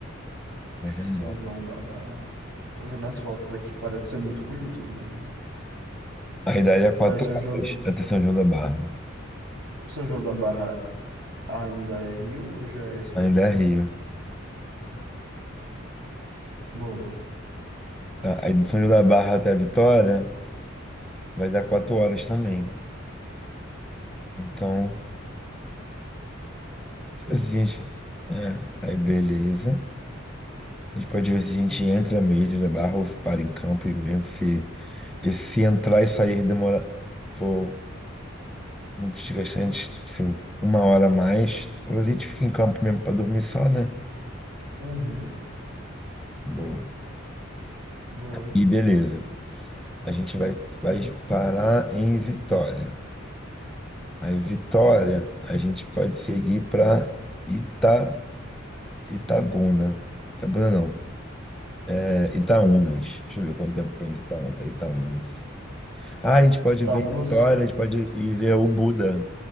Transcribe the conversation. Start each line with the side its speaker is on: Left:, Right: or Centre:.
Centre: São João
Right: São
Centre: da Barra.
Right: João da Barra. Tô vendo as fotos aqui, parece ser muito bonito o lugar, né?
Centre: Aí daria é quatro
Right: Aí São
Centre: horas
Right: João,
Centre: até São João da Barra.
Right: São João da Barra ainda é Rio ou já é Espírito
Centre: Ainda
Right: Santo?
Centre: é Rio.
Right: Boa.
Centre: Tá, Aí de São João da Barra até a Vitória vai dar quatro horas também. Então A gente... É, aí beleza. A gente pode ver se a gente entra mesmo na barra ou se para em campo e mesmo se, e se entrar e sair demora for muito desgastante, sim uma hora a mais, ou a gente fica em campo mesmo para dormir só, né?
Right: Uhum.
Centre: Boa.
Right: Boa, Nino.
Centre: E beleza. A gente vai, vai parar em Vitória. Aí Vitória, a gente pode seguir para Ita, Itabuna. Itabuna não, é Itaúnas. Deixa eu ver quanto tempo tem de Itaúna até Itaúnas. Ah, a gente pode
Right: Itaúnas.
Centre: ver Vitória, a gente pode ir ver o Buda,